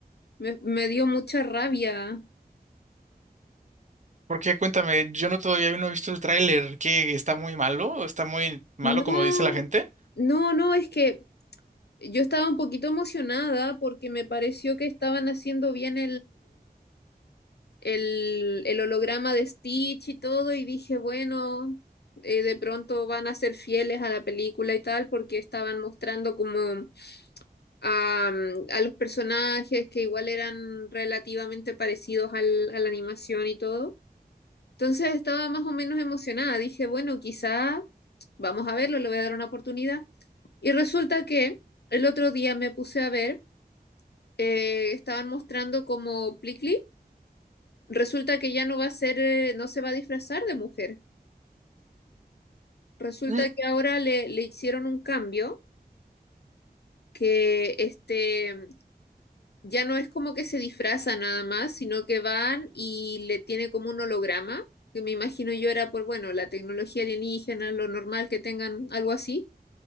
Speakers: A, on the left; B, on the right.
A: Me, me dio mucha rabia.
B: Porque cuéntame, yo no todavía no he visto el tráiler, ¿Qué está muy malo, está muy malo
A: No,
B: como dice la gente.
A: no, no, es que yo estaba un poquito emocionada porque me pareció que estaban haciendo bien el, el holograma de Stitch y todo, y dije, bueno, eh, de pronto van a ser fieles a la película y tal, porque estaban mostrando como a, mm, a los personajes que igual eran relativamente parecidos al, a la animación y todo. Entonces estaba más o menos emocionada, dije, bueno, quizá vamos a verlo, le voy a dar una oportunidad. Y resulta que el otro día me puse a ver, eh, estaban mostrando como Plickly, Resulta que ya no va a ser, eh, no se va a disfrazar de mujer. Resulta
B: Mm,
A: que ahora le, le hicieron un cambio que este ya no es como que se disfraza nada más, sino que van y le tiene como un holograma, que me imagino yo era por, bueno, la tecnología alienígena, lo normal que tengan algo así,